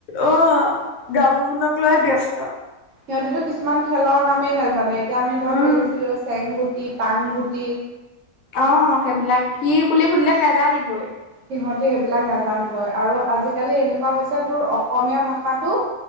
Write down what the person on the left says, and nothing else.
অ', গ্ৰাম' ফোনক লৈ ব্যস্ত।
উম,
অ', সেইবিলাক। কি বুলি সুধিলে নেজানিবই